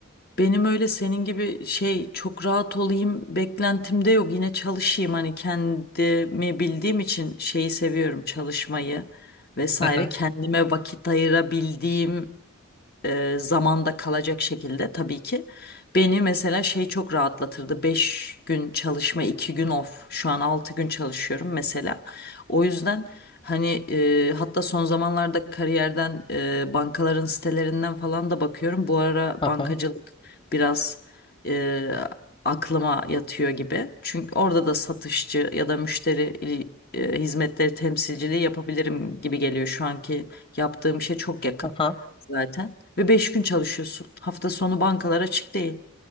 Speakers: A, on the left; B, on the left.
A: Benim öyle senin gibi şey çok rahat olayım beklentimde yok. Yine çalışayım hani kendimi bildiğim için şeyi seviyorum çalışmayı vesaire.
B: Hı hı.
A: Kendime vakit ayırabildiğim e, zamanda kalacak şekilde tabii ki. Beni mesela şey çok rahatlatırdı. 5 gün çalışma, 2 gün off. Şu an 6 gün çalışıyorum mesela. O yüzden hani e, hatta son zamanlarda kariyerden e, bankaların sitelerinden falan da bakıyorum. Bu ara
B: Aha.
A: bankacılık biraz e, aklıma yatıyor gibi. Çünkü orada da satışçı ya da müşteri ili- e, hizmetleri temsilciliği yapabilirim gibi geliyor. Şu anki yaptığım işe çok yakın
B: Aha.
A: zaten. Ve 5 gün çalışıyorsun. Hafta sonu bankalar açık değil.